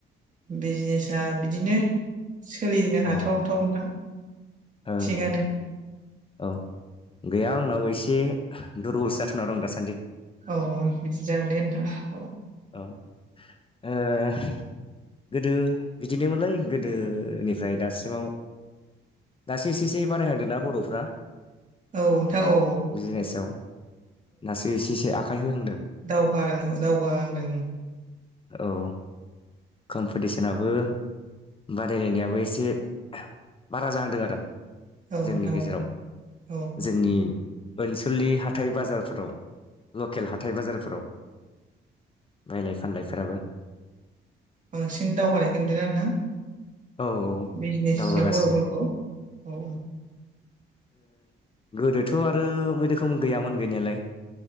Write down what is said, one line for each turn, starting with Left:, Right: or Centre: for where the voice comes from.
Right: बिजनेसा बिदिनो। सोलिनो हाथाव
Left: अ ओं
Right: थावनो नोंथां
Left: ओं
Right: थिगानो।
Left: औ गैया आंनावो एसे दुरबल जाथ' ना दों दासान्दि।
Right: औ औ बिदि जागोन दे नोंथां औ।
Left: औ ओ गोदो बिदिनोमोनलाय गोदोनिफ्राय दासिमाव दासो एसे एसे बारायहांदोंना बर'फ्रा
Right: औ नोंथां औ
Left: बिजनेसआव। दासो एसे एसे आखाइ होहांदों।
Right: दावगा दावगाहांदों।
Left: औ कम्पिटिसनाबो बादायलायनायाबो एसे बारा जाहांदों आरो।
Right: औ नोंथां
Left: जोंनि गेजेराव
Right: औ औ
Left: जोंनि ओनसोलनि हाथाइ बाजारफोराव लकेल हाथाइ बाजारफोराव बायलाय फानलायफोराबो
Right: बांसिन दावगानायखो नुदों आरोना।
Left: औ
Right: बिजनेसआव
Left: दावगागासिनो
Right: बर'फोरखौ औ
Left: गोदोथ' आरो बे रोखोम गैयामोन गैनायालाय